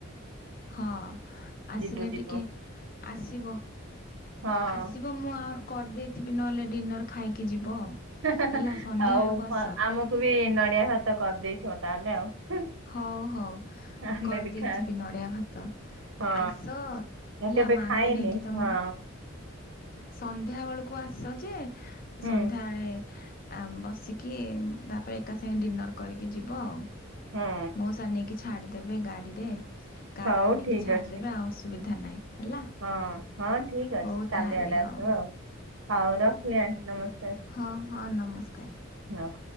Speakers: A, on the left; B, on the right.
A: ହଁ
B: ହଁ
A: ଆସିଲେ
B: ଯିବୁ ଯିବୁ
A: ଟିକେ ଆସିବ।
B: ହଁ
A: ଆସିବ ମୁଁ ଆଉ କରିଦେଇଥିବି ନହେଲେ ଡିନର ଖାଇକି ଯିବ ଆଉ।
B: ହେଁ ହେଁ
A: ହେଲା
B: ହେଁ
A: ସନ୍ଧ୍ୟାବେଳକୁ ଆସ
B: ଆଉ ଆମକୁ ବି ନଡିଆ ଭାତ କରିଦେଇଥିବ, ତାହେଲେ ଆଉ।
A: ହଉ ହଉ
B: ଆମେ
A: କରିଦେଇଥିବି
B: ବି ଖା
A: ନଡିଆ ଭାତ।
B: ହଁ
A: ଆସ
B: ମୁଁ
A: ହେଲା
B: କେବେ
A: ମାଙ୍କୁ
B: ଖାଇନି
A: ନେଇକି ତମେ
B: ହଁ
A: ସନ୍ଧ୍ୟା ବେଳକୁ ଆସ ଯେ
B: ହୁଁ
A: ସନ୍ଧ୍ୟାବେଳେ ଆ ବସିକି ତାପରେ, ଏକା ସାଙ୍ଗେ ଡିନର୍ କରିକି ଯିବ ଆଉ।
B: ହୁଁ
A: ମଉସା ନେଇକି ଛାଡିଦେବେ ଗାଡିରେ, କାର
B: ହଉ
A: ରେ ନେଇକି
B: ଠିକ
A: ଛାଡିଦେବେ
B: ଅଛି
A: ଆଉ ଅସୁବିଧା ନାହିଁ ହେଲା।
B: ହଁ ହଁ ଠିକ ଅଛି
A: ହଉ
B: କାଲି
A: ତାହେଲେ
B: ଆଡେ
A: ହଉ
B: ଆସିବ, ଆଉ ହଉ ରଖିଲି ଆଣ୍ଟି ନମସ୍କାର।
A: ହଁ ହଁ ନମସ୍କାର।
B: ହଁ।